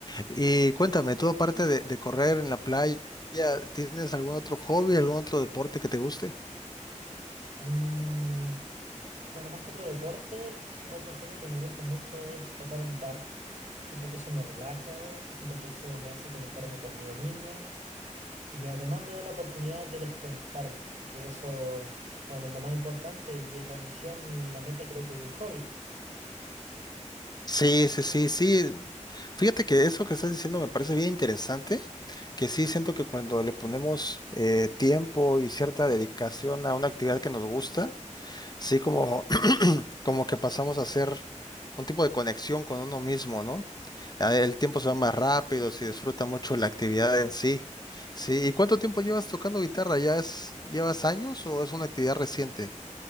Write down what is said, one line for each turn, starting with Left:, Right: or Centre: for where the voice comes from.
Left: Y cuéntame, tú aparte de, de correr en la playa, ¿tienes algún otro hobby, algún otro deporte que te guste?
Right: Mmm. Bueno, más que otro deporte, otro hobby que me gusta mucho es tocar guitarra. Siento que eso me relaja, siento que eso me hace conectarme conmigo mismo y además me da la oportunidad de desconectarme, que eso, bueno, es lo más importante y es la misión y la meta creo que de un hobby.
Left: Sí, sí, sí, sí. Fíjate que eso que estás diciendo me parece bien interesante, que sí siento que cuando le ponemos eh, tiempo y cierta dedicación a una actividad que nos gusta, sí como, <clears throat> como que pasamos a hacer un tipo de conexión con uno mismo, ¿no? Ah, El tiempo se va más rápido, se disfruta mucho la actividad en sí. Sí, ¿y cuánto tiempo llevas tocando guitarra? ¿Ya es, llevas años o es una actividad reciente?